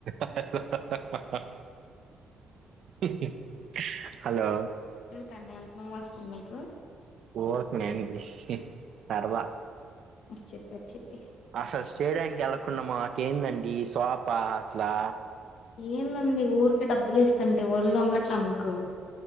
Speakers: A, on the right; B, on the left.
A: ఆహా ఆహా ఉహూ హు హలో
B: కన్యాంతరం వస్తుంది మీకు
A: ఓవర్క్ నేను విశి సర్వా
B: వచ్చిత్ వచ్చిద్ది
A: అసలు స్టేడియం గెలక్ కున్నామాక్ ఏందండి స్ప్ ప హసలా
B: ఏందండి ఊరికే డబ్బులు ఇస్తంటే ఒళ్ళు వంగట్లా మీకు